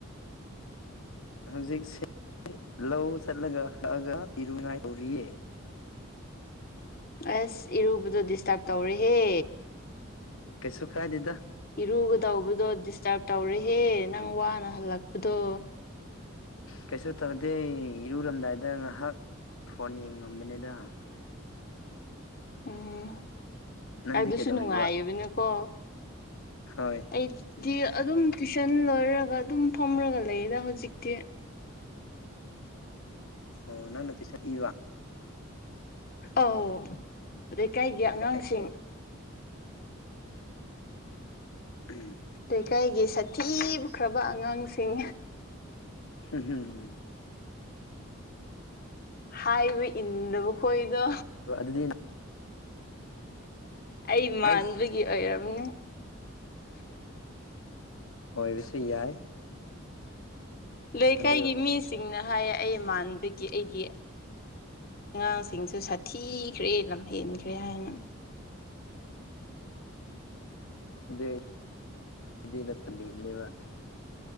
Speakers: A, on the left (about 80°); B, on the left (about 45°).
A: ꯍꯧꯖꯤꯛꯁꯦ ꯂꯧ ꯆꯠꯂꯒ ꯍꯛꯑꯒ ꯏꯔꯨꯉꯥꯏ ꯇꯧꯔꯤꯌꯦ
B: ꯑꯁ ꯏꯔꯨꯕꯗꯣ ꯗꯤꯁꯇꯔꯕ ꯇꯧꯔꯦꯍꯦ
A: ꯀꯩꯁꯨ ꯀꯥꯏꯗꯦꯗ
B: ꯏꯔꯨꯒꯗꯧꯕꯗꯣ ꯗꯤꯁꯇꯔꯕ ꯇꯧꯔꯦꯍꯦ ꯅꯪ ꯋꯥꯅ ꯍꯜꯂꯛꯄꯗꯣ
A: ꯀꯩꯁꯨ ꯇꯧꯗꯦ ꯏꯔꯨꯔꯝꯗꯥꯏꯗ ꯉꯥꯏꯍꯥꯛ ꯐꯣꯟ ꯌꯦꯡꯉꯝꯕꯅꯤꯗ
B: ꯎꯝ
A: ꯅꯪꯗꯤ
B: ꯑꯗꯨꯁꯨ
A: ꯀꯩꯗꯧꯔꯤꯕ
B: ꯅꯨꯡꯉꯥꯏꯕꯅꯤꯀꯣ
A: ꯍꯣꯏ
B: ꯑꯩ ꯗꯤ ꯑꯗꯨꯝ ꯇ꯭ꯨꯏꯁꯟ ꯂꯣꯏꯔꯒ ꯑꯗꯨꯝ ꯐꯝꯔꯒ ꯂꯩꯌꯦꯗ ꯍꯧꯖꯤꯛꯇꯤ
A: ꯑꯣ ꯅꯪꯅ <unintelligible>
B: ꯑꯥꯎ ꯂꯩꯀꯥꯏꯒꯤ ꯑꯉꯥꯡꯁꯤꯡ
A: ꯌꯥꯏ ꯌꯥꯏ ꯎꯝ
B: ꯂꯩꯀꯥꯏꯒꯤ ꯁꯥꯊꯤꯈ꯭ꯔꯕ ꯑꯉꯥꯡꯁꯤꯡ
A: ꯍꯝ ꯍꯝ
B: ꯍꯥꯏꯔꯤꯕ ꯏꯟꯗꯕ ꯈꯣꯏꯗꯣ
A: ꯑꯗꯨꯗꯤꯅ
B: ꯑꯩ ꯃꯥꯟꯕꯒꯤ
A: ꯑꯩꯁ
B: ꯑꯣꯏꯔꯝꯅꯦ
A: ꯑꯣꯏꯕꯁꯨ ꯌꯥꯏ
B: ꯂꯩꯀꯥꯏꯒꯤ
A: ꯑꯗꯨ
B: ꯃꯤꯁꯤꯡꯅ ꯍꯥꯏꯌꯦ ꯑꯩ ꯃꯥꯟꯗꯒꯤ ꯑꯩꯒꯤ ꯑꯉꯥꯡꯁꯤꯡꯁꯨ ꯁꯥꯊꯤꯈ꯭ꯔꯦ ꯂꯝꯍꯦꯟꯈ꯭ꯔꯦ ꯍꯥꯏꯅ
A: ꯑꯗꯨꯗ ꯅꯠꯇꯕꯅꯦꯕ